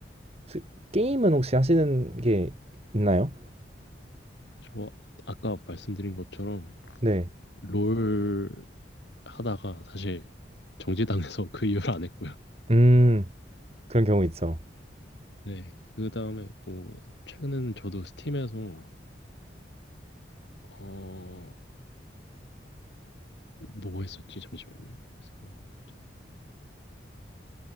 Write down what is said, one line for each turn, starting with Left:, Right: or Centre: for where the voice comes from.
Right: 혹시 게임은 혹시 하시는 게 있나요?
Left: 저 아까 말씀드린 것처럼
Right: 네.
Left: 롤 하다가 사실 정지당해서 <laughs> 그 이후로 안 했고요.
Right: 음, 그런 경우 있죠.
Left: 네, 그 다음에 뭐 최근에는 저도 스팀에서 어 뭐 했었지? 잠시만요. 생각을 해보자.